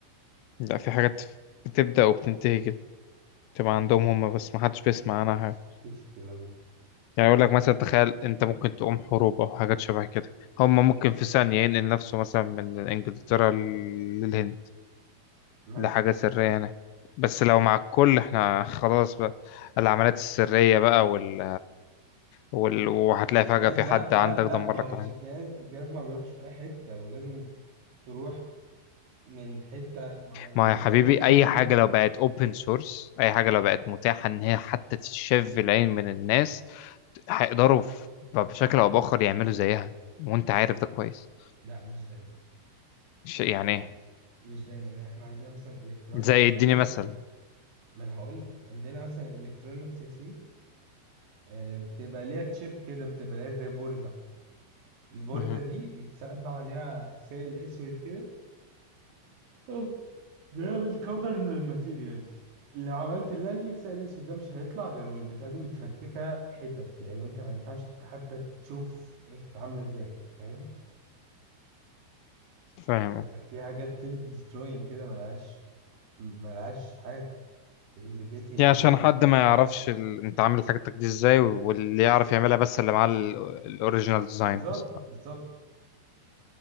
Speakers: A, on the left; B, on the right.
A: لا في حاجات بتبدا وبتنتهي كده تبقى عندهم هم بس ما حدش بيسمع عنها حاجه
B: مفيش الكلام ده
A: يعني يقول لك مثلا تخيل انت ممكن تقوم حروب او حاجات شبه كده هما ممكن في ثانية ينقل نفسه مثلا من انجلترا للهند
B: مات
A: لحاجة سرية هنا بس لو مع الكل احنا <laughs> خلاص بقى العمليات السرية بقى وال... وال... وهتلاقي فجأة
B: يا
A: في
B: د- لا
A: حد
B: لا
A: عندك
B: لا
A: دمر
B: ما
A: لك
B: هو مش
A: الحاجة
B: الجهاز الجهاز ما بيروحش في أي حتة ولازم تروح من حتة مع- من
A: ما يا حبيبي
B: الجهاز ده لأخوه
A: أي حاجة
B: مثلا
A: لو بقت open source أي حاجة لو بقت متاحة إن هي حتى تتشاف في العين من الناس هيقدروا في- بشكل أو بآخر يعملوا زيها وأنت عارف ده كويس
B: لا مش دايما
A: ش- يعني إيه
B: مش دايما يعني احنا عندنا مثلا الكترونيكس
A: زي
B: مثلا
A: اديني مثل
B: ما انا هقول لك عندنا مثلا الكترونيكس يا سيف آه، بتبقى ليها تشيب كده بتبقى ليها زي بوردة البوردة
A: مهم.
B: دي بيتسقب عليها سائل اسود كده آه. بيعمل كفر للماتيريالز لو عملت اللي اللي السائل الاسود ده مش هيطلع غير والبتاعة دي متفرتكة حتت يعني انت ما ينفعش حتى تشوف هي كانت عاملة ازاي فاهم
A: فاهم
B: ففي حاجات سيلف ديستروينج كده ملهاش ملهاش حاجة تindicate هي
A: يعني
B: ايه
A: عشان حد ما يعرفش ال... انت عامل حاجتك دي ازاي واللي يعرف يعملها بس اللي معاه ال- الاوريجينال ديزاين
B: بالظبط
A: مثلا
B: بالظبط